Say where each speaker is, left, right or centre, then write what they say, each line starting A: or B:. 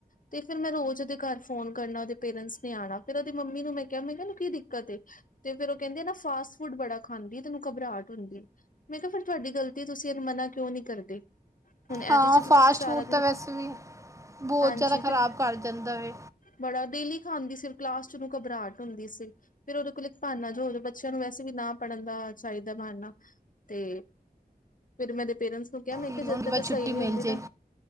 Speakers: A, on the left; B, on the right.
A: ਤੇ ਫਿਰ ਮੈਂ ਰੋਜ਼ ਉਹਦੇ ਘਰ ਫੋਨ ਕਰਨਾ ਉਹਦੇ ਪੇਰੈਂਟਸ ਨੇ ਆਉਣਾ ਫਿਰ ਉਹਦੀ ਮੰਮੀ ਨੂੰ ਮੈਂ ਕਿਹਾ ਮੈਂਨੂੰ ਕੀ ਦਿੱਕਤ ਤੇ ਫਿਰ ਉਹ ਕਹਿੰਦੇ ਨਾ ਫਾਸਟ ਫੂਡ ਬੜਾ ਖਾਂਦੀ ਤੇ ਤੈਨੂੰ ਘਬਰਾਹ ਹੁੰਦੀ। ਮੈਂ ਕਿਹਾ ਫਿਰ ਤੁਹਾਡੀ ਗਲਤੀ ਤੁਸੀਂ ਮਨਾ ਕਿਉਂ ਨਹੀਂ ਕਰਦੇ ਹੁਣ ਇਹਦੇ
B: ਹਾਂ
A: ਚ ਤੇ
B: ਫਾਸਟ
A: ਤੁਸੀਂ ਸਾਰਾ
B: ਫੂਡ
A: ਦਿਨ
B: ਤਾਂ ਵੈਸੇ ਵੀ ਬਹੁਤ
A: ਹਾਂਜੀ
B: ਜ਼ਿਆਦਾ ਖ਼ਰਾਬ
A: ਫਿਰ
B: ਕਰ ਜਾਂਦਾ ਵ
A: ਬੜਾ, ਡੇਲੀ ਖਾਂਦੀ ਸੀ ਕਲਾਸ ਚ ਉਹਨੂੰ ਘਬਰਾਹਟ ਹੁੰਦੀ ਸੀ ਫਿਰ ਉਹਦੇ ਕੋਲ ਇੱਕ ਬਹਾਨਾ ਜਦੋ ਬੱਚਿਆਂ ਨੂੰ ਵੈਸੇ ਵੀ ਨਾ ਪੜ੍ਹਨ ਦਾ ਚਾਹੀਦਾ ਬਹਾਨਾ ਤੇ, ਫਿਰ ਮੇਰੇ ਪੇਰੈਂਟਸ ਨੂੰ ਕਿਹਾ ਮੈਂ
B: ਹੁਣ
A: ਕਿਹਾ ਜਦ
B: ਕਿ
A: ਤੱਕ
B: ਬਸ ਛੁੱਟੀ
A: ਸਹੀ ਨੀ
B: ਮਿਲ
A: ਹੁੰਦੀ
B: ਜੇ
A: ਨਾ